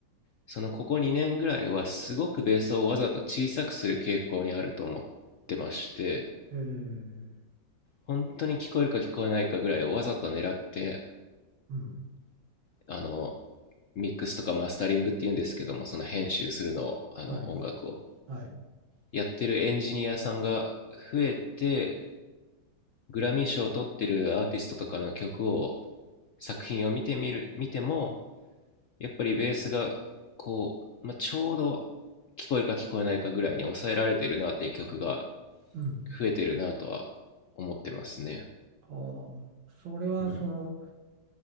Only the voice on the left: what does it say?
そのここ2年ぐらいはすごくベースをわざと小さくする傾向にあると思ってまして、
本当に聞こえるか聞こえないかぐらいをわざと狙って、
あの、ミックスとかマスタリングっていうんですけども、その編集するのを、あの音楽を。
やってるエンジニアさんが増えて、グラミー賞を取ってるアーティストとかの曲を、作品を見てみる、見ても、やっぱりベースが、こう、まあ、ちょうど聞こえるか聞こえないかぐらいに抑えられてるなっていう曲が
増えてるなとは思ってますね。
うん。